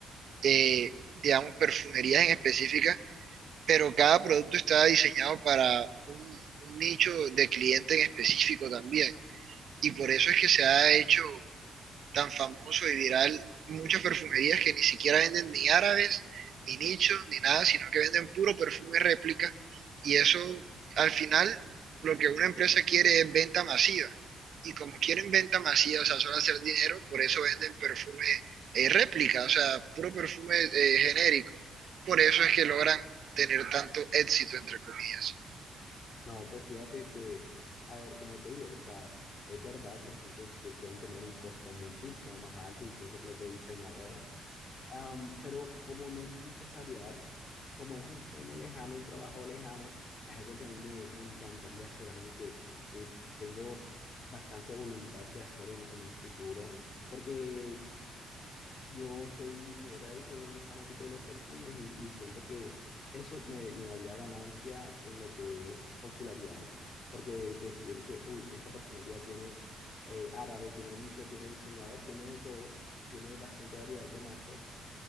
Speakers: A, on the right; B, on the left.
A: eh, digamos, perfumerías en específica, pero cada producto está diseñado para un, un nicho de cliente en específico también. y por eso es que se ha hecho tan famoso y viral muchas perfumerías que ni siquiera venden ni árabes, ni nichos, ni nada, sino que venden puro perfume réplica y eso al final lo que una empresa quiere es venta masiva y como quieren venta masiva, o sea, solo hacer dinero, por eso venden perfume eh, réplica, o sea, puro perfume eh, genérico. Por eso es que logran tener tanto éxito, entre comillas.
B: No, pues fíjate que, a ver, como te digo, o sea, es verdad, los nichos suelen tener un costo muchísimo más alto, incluso que los de diseñador Am, pero como no existe esa variedad, como es un sueño lejano, un trabajo lejano, es algo que a mí me, me encantaría hacer, algo que, que tengo bastante voluntad de hacer en, en un futuro, porque yo soy, como ya te he dicho, soy un fanático de los perfumes y, y siento que eso me, me daría ganancia en lo que es popularidad, porque decir que, uy, esta perfumería tiene eh, árabe, tiene nicho, tiene diseñador, tiene de todo, tiene bastante variedad de marcas.